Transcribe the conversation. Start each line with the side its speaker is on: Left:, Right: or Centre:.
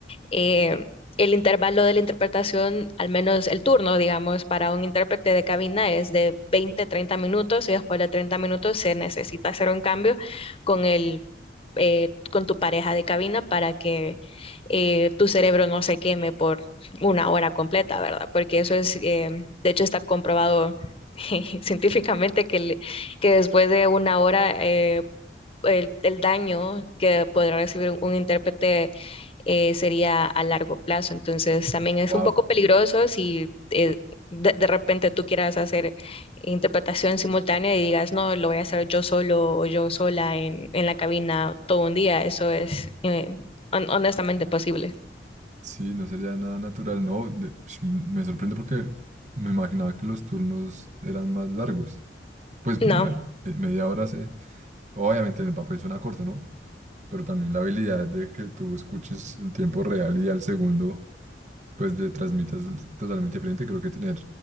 Left: eh, el intervalo de la interpretación, al menos el turno, digamos, para un intérprete de cabina es de 20, 30 minutos y después de 30 minutos se necesita hacer un cambio con el eh, con tu pareja de cabina para que eh, tu cerebro no se queme por una hora completa, ¿verdad? Porque eso es, eh, de hecho, está comprobado <laughs> científicamente que, le- que después de una hora eh, el, el daño que podrá recibir un, un intérprete eh, sería a largo plazo. Entonces también es
Right: Wow.
Left: un poco peligroso si eh, de, de repente tú quieras hacer interpretación simultánea y digas, no, lo voy a hacer yo solo o yo sola en, en la cabina todo un día. Eso es eh, hon- honestamente posible.
Right: Sí, no sería nada natural, no. de- sh- me sorprende porque me imaginaba que los turnos eran más largos. Pues,
Left: No.
Right: bueno, eh, media hora se... Obviamente en el papel suena corto, ¿no? Pero también la habilidad de que tú escuches en tiempo real y al segundo, pues le transmitas totalmente diferente, creo que tener